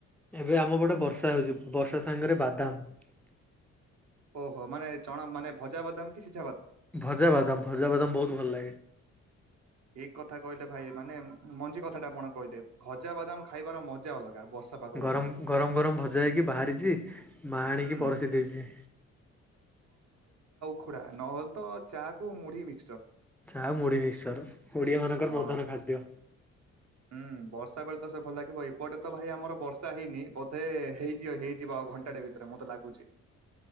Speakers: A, in the centre; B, on the right.
A: ଏବେ ଆମପଟେ ବର୍ଷା ହେଉଛି ବର୍ଷା ସାଙ୍ଗରେ ବାଦାମ
B: ଓହୋ ମାନେ ଚଣା ମାନେ ଭଜା ବାଦାମ କିଛି
A: ଭଜାବାଦାମ ଭଜାବାଦାମ ବହୁତ ଭଲ ଲାଗେ।
B: ଠିକ କଥା କହିଲେ ଭାଇ ମାନେ ମଞ୍ଜି କଥା ଟା ଆପଣ କହିଲେ ଭଜା ବାଦାମ ଖାଇବାର ମଜା ଅଲଗା। ବର୍ଷା ପାଗକୁ
A: ଗରମ
B: ପୁଣି
A: ଗରମ ଗରମ ଭଜା ହେଇକି ବାହାରିଛି ମା ଆଣିକି
B: ହୁଁ
A: ପରଷି ଦେଇଛି।
B: ଖୋଡ଼ା ନହେଲେ ତ ଚା କୁ ମୁଢି ଆଉ ମିକ୍ସଚର।
A: ଆଉ ମୁଢି ମିକ୍ସଚର ଓଡ଼ିଆ ମାନଙ୍କର
B: ହଁ।
A: ପ୍ରଧାନ ଖାଦ୍ୟ।
B: ହୁଁ ବର୍ଷା ବେଳେ ତ ସେ ଭଲ ଲାଗିବ ଏପଟେ ତ ଭାଇ ଆମର ବର୍ଷା ହେଇନି ବୋଧେ ହେଇଯିବ ହେଇଯିବ ଆଉ ଘଣ୍ଟାଟା ଭିତରେ ମତେ ଲାଗୁଛି।